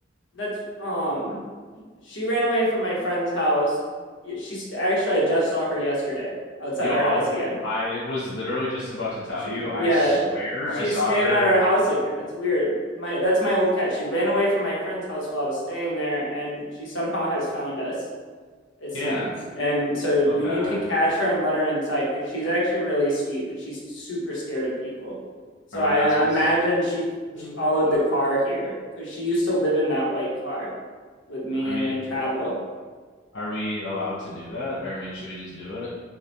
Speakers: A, on the left; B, on the left.
A: that's um She ran away from my friend's house. Yeah, She's actually, I just saw her yesterday outside
B: Yo,
A: our
B: I
A: house again.
B: I was literally just about to tell
A: She's,
B: you.
A: yeah,
B: I swear
A: she's
B: I saw
A: staying
B: her.
A: at our house again. It's weird. My, that's my old cat. She ran away from my friend's house while I was staying there, and she somehow has found us, it seems.
B: Yeah.
A: And so
B: Okay.
A: we need to catch her and let her inside because she's actually really sweet, but she's super scared of people. So
B: Are we
A: I,
B: not
A: I
B: supposed
A: imagine she
B: to?
A: followed
B: But
A: the car here because she used to live in that white car with me
B: I mean,
A: and like travel.
B: are we allowed to do that? Or I mean, should we just do it?